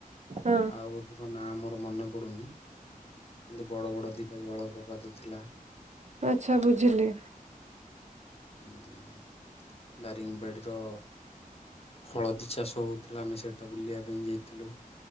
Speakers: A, on the right; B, on the left.
A: ହଁ
B: ଆଉ ଗୋଟେ ନା ମୋର ମନେ ପଡୁନି। କିନ୍ତୁ, ବଡ ବଡ ଦିଟା ଜଳ ପ୍ରପାତ ଥିଲା।
A: ଆଛା ବୁଝିଲି।
B: ହୁଁ। ଦାରିଙ୍ଗବାଡିର-ଅ ହଳଦୀ ଚାଷ ହଉଥିଲା ଆମେ ସେଟା ବୁଲିବା ପାଇଁ ଯାଇଥିଲୁ।